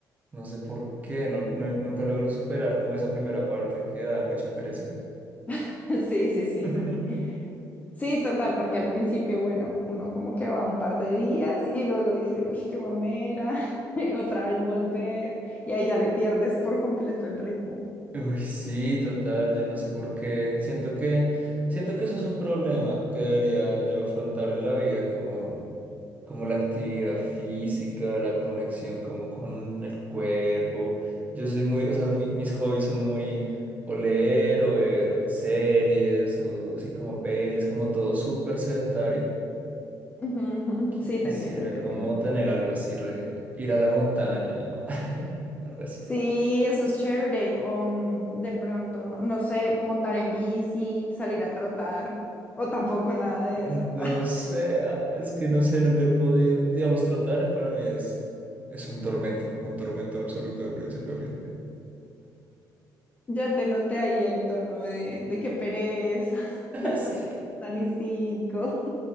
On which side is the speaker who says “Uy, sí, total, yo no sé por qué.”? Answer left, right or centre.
Right